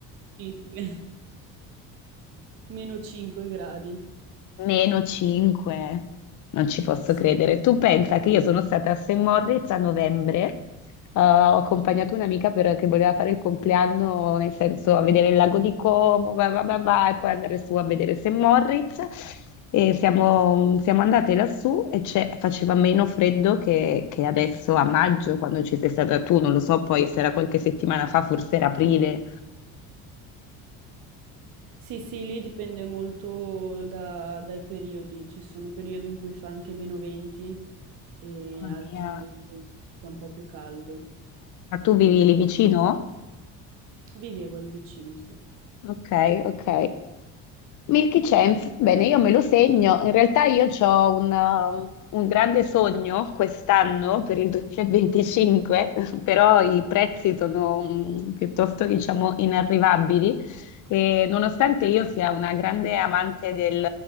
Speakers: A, on the right (about 65°); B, on the left (about 55°).
A: 5, <laughs> meno 5 gradi.
B: Meno 5, non ci posso
A: Sì.
B: credere. Tu pensa che io sono stata a St. Moritz a novembre, eh, ho accompagnato un'amica per- che voleva fare il compleanno, nel senso a vedere il lago di Como, va, va, va, va, e poi andare su a vedere St. Moritz. E siamo, siamo andate lassù e c'è- faceva meno freddo che, che adesso a maggio, quando ci sei stata tu, non lo so, poi se era qualche settimana fa, forse era aprile.
A: Sì, sì, lì dipende molto da- dai periodi, ci sono periodi in cui fa anche meno 20 e
B: Mamma
A: altri
B: mia,
A: invece in cui fa un po' più caldo.
B: ma tu vivi lì vicino?
A: Vivevo lì vicino, sì.
B: Ok, ok. Milky Chance, bene, io me lo segno. In realtà io ho un, um, un grande sogno quest'anno per il 2025, <laughs> però i prezzi sono mm, piuttosto, diciamo, inarrivabili. E nonostante io sia una grande amante del,